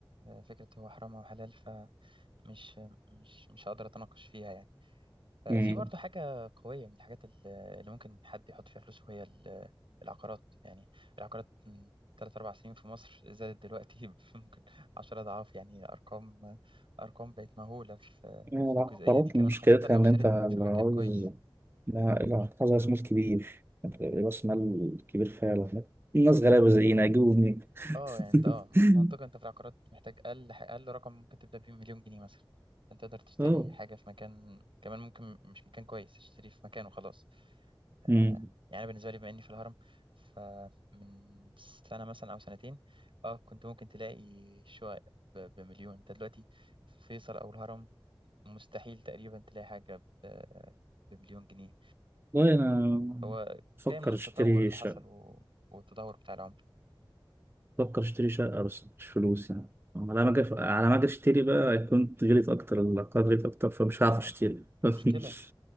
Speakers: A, on the right; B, on the right.
A: آه، فكره هو حرام او حلال فمش مش مش هقدر اتناقش فيها يعني آه،
B: امم
A: في برضه حاجة قوية من الحاجات ال- اللي ممكن حد يحط فيها فلوس وهي ال- العقارات يعني العقارات من تلات أربع سنين في مصر زادت دلوقتي <laughs> ب- ممكن عشرة أضعاف يعني أرقام أرقام بقت مهولة في
B: يعني
A: في
B: العقارات
A: الجزئية دي كمان
B: مشكلتها
A: خاصة لو
B: ان
A: اشتريت
B: انت
A: في مكان
B: لو عاوز
A: كويس
B: لا العقار عايز راس مال كبير راس مال كبير فعلا الناس غلابه زينا يجيبوا منين
A: اه يعني انت
B: <laughs>
A: اه في منطقة انت في العقارات محتاج اقل اقل رقم ممكن تبدأ بيه مليون جنيه مثلا انت تقدر تشتري
B: اه
A: حاجة في مكان كمان ممكن مش مكان كويس تشتري في مكان وخلاص آه،
B: امم
A: يعني أنا بالنسبة لي بما إني في الهرم فمن سنة مثلا أو سنتين اه كنت ممكن تلاقي شقق ب- بمليون انت دلوقتي في فيصل أو الهرم مستحيل تقريبا تلاقي حاجة ب- بمليون جنيه
B: والله انا
A: هو
B: بفكر
A: جاي من التطور
B: اشتري
A: اللي
B: شقه
A: حصل و- والتدهور بتاع العملة
B: بفكر اشتري شقة بس مش فلوس يعني على ما أجي على ما أجي اشتري بقى كنت غليت أكتر العقار غليت أكتر فمش
A: ما
B: هعرف اشتري <laughs>
A: مشكلة